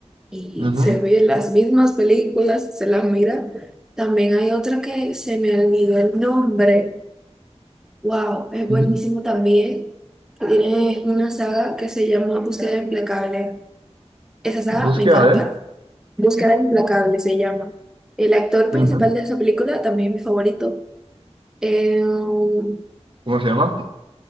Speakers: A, in the centre; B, on the right.
A: y
B: ujú,
A: se ve las mismas películas, se las mira. También hay otra que se me olvidó el nombre. Wow, es
B: ujú.
A: buenísimo también. que Tiene una saga que se llama Búsqueda Implacable. Esa saga
B: Búsqueda
A: me encanta.
B: de.
A: Búsqueda Implacable se llama. El actor
B: ujú.
A: principal de esa película, también mi favorito. eh, um,
B: ¿Cómo se llama?